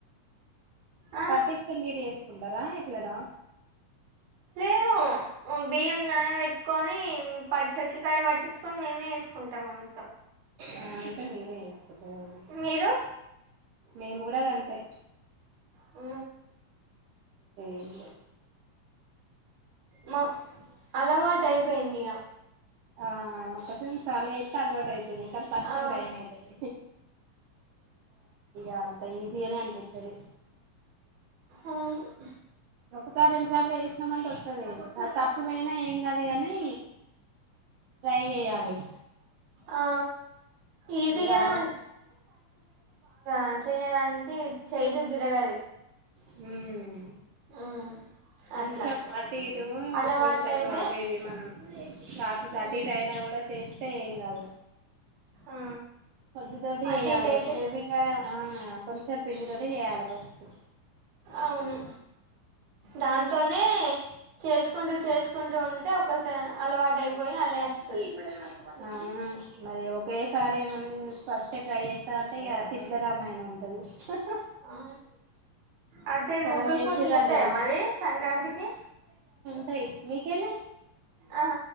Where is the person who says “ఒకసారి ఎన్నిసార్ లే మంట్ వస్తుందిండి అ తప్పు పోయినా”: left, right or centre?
Right